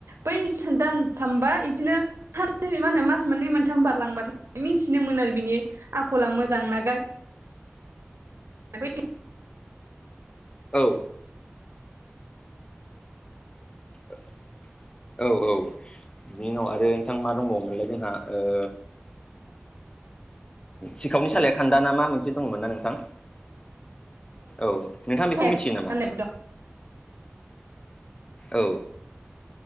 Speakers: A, on the right (about 75°); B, on the left (about 20°).
A: बै दानथामबा बिदिनो साननै मा होनो मास मोननै मोनथाम बारलांबाथाय मिथिनो मोनो आरो बिनि आखला मोजांना गा- <unintelligible>
B: औ <inaudible> औ औ बिनि उनाव आरो नोंथां मा दंबावोमोनलाय जोंहा ओ सिखावनि सालाया खान्दा ना मा मोनसे दङ'मोन ना नोंथां औ नोंथाङा बेखौ
A: साया
B: मिथियो नामा?
A: गाननायबो दं
B: औ